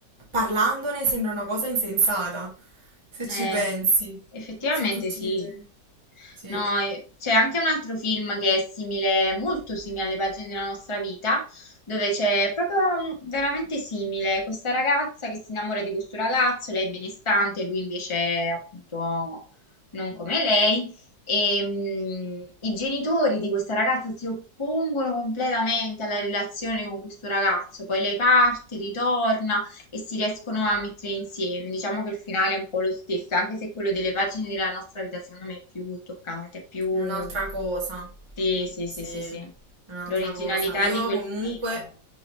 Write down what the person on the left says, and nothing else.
Eh,
effettivamente
sì.
No, e- c'è anche un altro film che è simile, molto simile alle pagine della nostra vita, dove c'è proprio mm, veramente simile questa ragazza che si innamora di questo ragazzo, lei è benestante, lui invece è, appunto non come lei. E, mm, i genitori di questa ragazza si oppongono completamente alla relazione con questo ragazzo, poi lei parte, ritorna e si riescono a mettere insieme. Diciamo che il finale è un po' lo stesso, anche se quello delle pagine della nostra vita secondo me è più toccante, è più...
Sì, sì, sì,
sì, sì.
L'originalità
di quel
film.